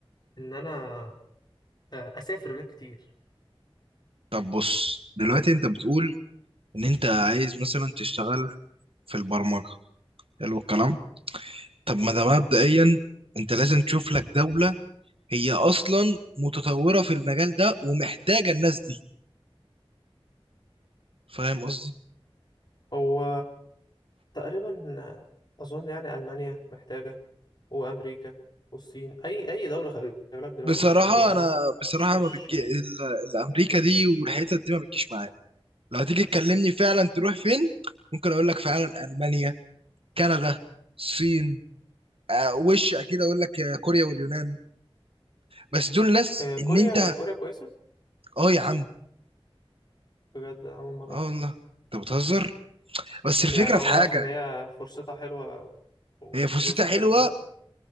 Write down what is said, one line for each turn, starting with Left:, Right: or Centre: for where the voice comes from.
Left: ان انا آه، اسافر بلاد كتير
Right: طب بص دلوقتي انت بتقول ان انت عايز مثلا تشتغل في البرمجة حلو الكلام طب
Left: تمام
Right: ما ده مبدئيا انت لازم تشوف لك دولة هي اصلا متطورة في المجال ده ومحتاجة الناس دي فاهم قصدي
Left: هو تقريبا اظن يعني المانيا محتاجه وامريكا والصين اي اي دوله خلي بالك دلوقتي
Right: بصراحة
Left: محتاجه برمجه
Right: أنا بصراحة
Left: مش
Right: ما بتجي ال- الأمريكا دي والحتت دي ما بتجيش معايا لو هتيجي تكلمني فعلا تروح فين ممكن أقول لك فعلا ألمانيا كندا الصين آه، وش أكيد أقول لك آه، كوريا واليونان بس دول ناس
Left: آه، كوريا
Right: إن أنت
Left: هي كوريا كويسة
Right: أه يا عم
Left: بجد أول مرة
Right: أه
Left: أعرف
Right: والله أنت بتهزر بس الفكرة
Left: يعني أول
Right: في
Left: مرة
Right: حاجة
Left: أعرف إن هي فرصتها حلوة وفلوسها
Right: هي فرصتها حلوة
Left: حلوة فاهم